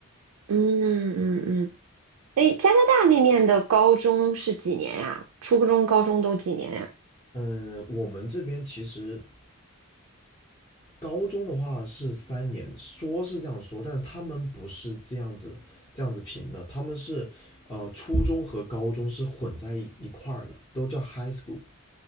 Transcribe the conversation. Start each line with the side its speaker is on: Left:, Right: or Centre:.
Right: 嗯嗯嗯嗯。诶，加拿大那面的高中是几年呀？初中、高中都几年呀？
Left: 嗯、我们这边其实高中的话是三年，说是这样说，但他们不是这样子这样子评的，他们是呃初中和高中是混在一一块儿的，都叫 high school，